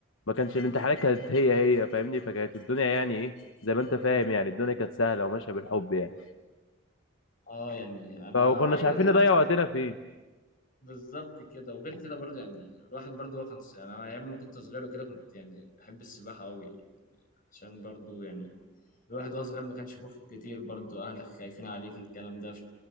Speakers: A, on the left; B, on the left.
A: ما كانش الامتحانات كانت هي هي فاهمني فكانت الدنيا يعني ايه زي ما انت فاهم يعني الدنيا كانت سهله وماشيه بالحب يعني
B: اه يعني انا
A: فما كناش
B: ايوه
A: عارفين
B: الواحد
A: نضيع وقتنا فين
B: بالظبط كده وغير كده برضه يعني الواحد برضه هو كان يعني انا ايام ما كنت صغير وكده كنت يعني بحب السباحه قوي عشان برضه يعني الواحد وهو صغير ما كانش بيخرج كتير برضه اهلك خايفين عليك الكلام ده